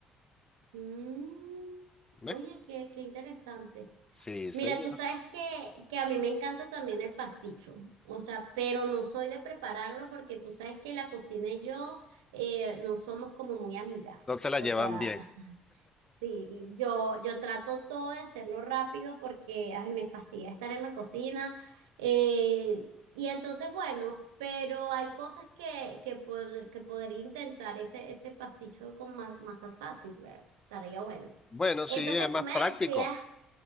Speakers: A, on the right; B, on the left.
A: Mm,
B: ¿Ves?
A: oye, qué, qué interesante.
B: Sí,
A: Mira,
B: señor.
A: tú sabes que, que a mí me encanta también el pasticho, o sea, pero no soy de prepararlo porque tú sabes que la cocina y yo eh, no somos como muy amigas.
B: Entonces la
A: O
B: llevan
A: sea,
B: bien.
A: Sí, y yo, yo trato todo de hacerlo rápido porque ay, me fastidia estar en la cocina. eh, y entonces, bueno, pero hay cosas que, que, pod- que podría intentar ese, ese pasticho con ma- masa fácil, ver Estaría bueno.
B: Bueno, sí,
A: Eso
B: es
A: que
B: más
A: tú me
B: práctico.
A: decías